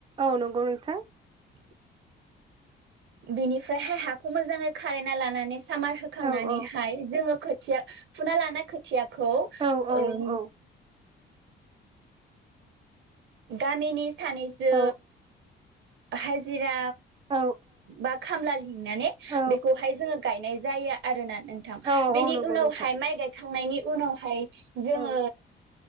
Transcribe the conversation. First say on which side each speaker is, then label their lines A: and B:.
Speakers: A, on the right (about 25°); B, on the right (about 70°).
A: औ नंगौ नोंथां।
B: <inaudible> बिनिफ्राहाय हाख खो मोजाङै खारायना लाना सामार होखांनानैहाय
A: औ औ
B: जोङो खो थिया फुना लानाय खोथिया खौ
A: औ औ
B: ओन
A: औ
B: गामिनि सानैसो
A: औ
B: हाजिरा
A: औ
B: बा खामला लिंनानै
A: औ
B: बेखौहाय जोङो गायनाय जायो आरोना नोंथां
A: औ
B: बिनि
A: औ नंगौ
B: उनावहाय
A: नोंथां
B: माइ गायख थांनायनि उनावहाय जोङो
A: औ